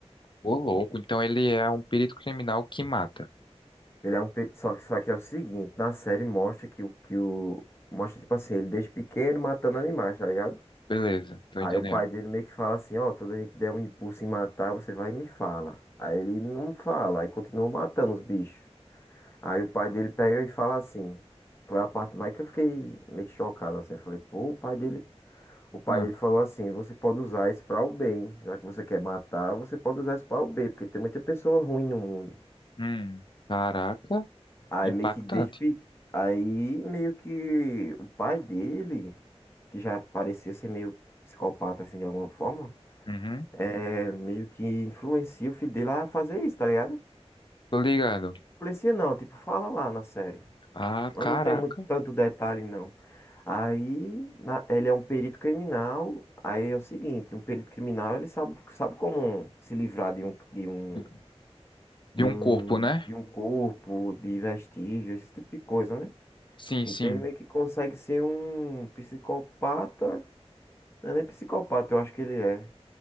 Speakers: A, on the left; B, on the left.
A: Ô, louco, então ele é um perito criminal que mata.
B: Ele é um, pe- só, que- só que é o seguinte, na série mostra que o, que o, mostra, tipo assim, ele desde pequeno matando animais, tá ligado?
A: Beleza, tô
B: Aí
A: entendendo.
B: o pai dele meio que fala assim, ó, toda vez que der um impulso em matar, você vai e me fala. Aí ele não fala, aí continua matando os bichos. Aí o pai dele pega e fala assim. Foi a parte mais que eu fiquei meio que chocado assim. Eu Falei, pô, o pai dele. O pai
A: Ah,
B: dele falou assim: você pode usar isso para o bem. Já que você quer matar, você pode usar isso para o bem, porque tem muita pessoa ruim no mundo.
A: hum. Caraca,
B: Aí
A: impactante.
B: meio que desde pequeno. Aí meio que o pai dele, que já parecia ser meio psicopata assim de alguma forma,
A: Uhum.
B: é meio que influencia o filho dele a fazer isso, tá ligado?
A: Tô ligado.
B: Influencia não, tipo, fala lá na série.
A: Ah,
B: Mas
A: caraca.
B: não tem muito tanto detalhe, não. Aí, na- ele é um perito criminal. Aí é o seguinte, um perito criminal, ele sabe, sabe como se livrar de um, de um,
A: De de
B: de
A: um
B: um,
A: corpo, né?
B: de um corpo, de vestígios, esse tipo de coisa, né?
A: Sim,
B: Então
A: sim.
B: ele meio que consegue ser um psicopata. Não é nem psicopata, eu acho que ele é.